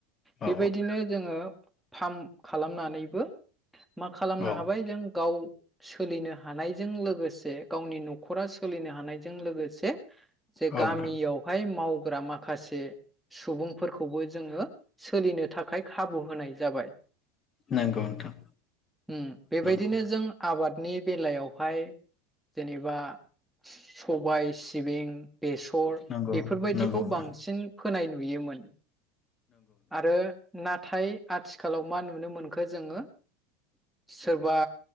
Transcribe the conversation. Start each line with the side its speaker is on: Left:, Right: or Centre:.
Centre: बेबायदिनो
Left: औ
Centre: जोङो फार्म खालामनानैबो मा खालामनो
Left: औ
Centre: हाबाय जों गाव सोलिनो हानायजों लोगोसे गावनि न'खरा सोलिनो हानायजों लोगोसे जे
Left: औ
Centre: गामियावहाय
Left: नोंथां
Centre: माव फोरा माखासे सुबुंफोरखौबो जोङो सोलिनो थाखाय खाबु होनाय जाबाय
Left: नंगौ नोंथां
Centre: उम बेबायदिनो
Left: नंगौ
Centre: जों आबाद नि बेलायावहाय जेनेबा सबाय, सिबिं बेसर
Left: नंगौ
Centre: बेफोरबायदिखौ
Left: नंगौ नोंथां
Centre: बांसिन फोनाय नु नुयोमोन आरो नाथाय आथिखालाव मा नुनो मोनखो जोङो सोरबा